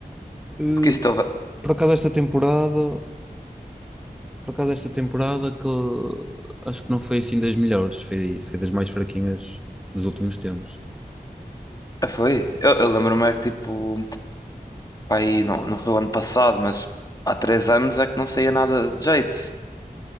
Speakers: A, in the centre; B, on the left (about 25°).
A: Eh,
B: Porque isto houve-
A: por acaso esta temporada, por acaso esta temporada que eh, acho que não foi assim das melhores, foi, foi das mais fraquinhas dos últimos tempos.
B: ah, foi. Eu, eu lembro-me é que tipo, pá, aí não, não foi o ano passado, mas há três anos é que não saía nada de jeito.